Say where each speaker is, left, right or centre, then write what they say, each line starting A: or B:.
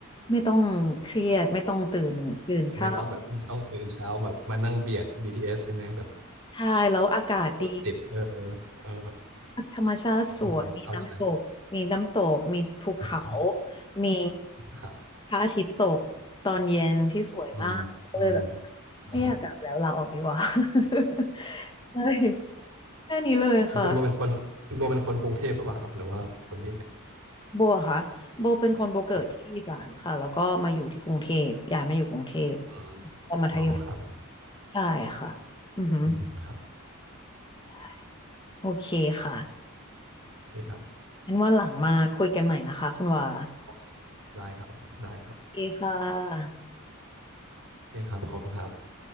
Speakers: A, on the left (about 20°); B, on the right (about 70°).
A: ไม่ต้องเครียดไม่ต้องตื่นตื่นเช้า
B: ไม่ต้องแบบไม่ต้องตื่นเช้าแบบมานั่งเบียด BTS ใช่ไหมแบบ
A: ใช่แล้วอากาศดี
B: รถติดเออเออ
A: ธรรมชาติสวยมีน้ำตกมีน้ำตกมีภูเขา
B: อืมอืมเข้าใจอืม
A: มี
B: ครับ
A: พระอาทิตย์ตกตอนเย็นที่สวยมากก็เลยแบบ
B: อืมอืมอืม
A: ไม่อยากกลับแล้วลาออกดีกว่า <laughs> ใช่แค่นี้เลยค่ะ
B: อ๋อคุณโบเป็นคนคุณโบเป็นคนกรุงเทพหรือเปล่าครับหรือว่าคนที่ไหน
A: โบอะค่ะโบเป็นคนโบเกิดที่อีสานค่ะแล้วก็มาอยู่ที่กรุงเทพย้ายมาอยู่กรุงเทพ
B: ครับอืม
A: ตอนมัธยม
B: อ๋อครับ
A: ใช่ค่ะอือหือ
B: อืมครับ
A: ใช่โอเคค่ะ
B: โอเคครับ
A: งั้นวันหลังมาคุยกันใหม่นะคะคุณวา
B: โอเคได้ครับได้ครับ
A: โอเคค่ะ
B: โอเคครับขอบคุณครับ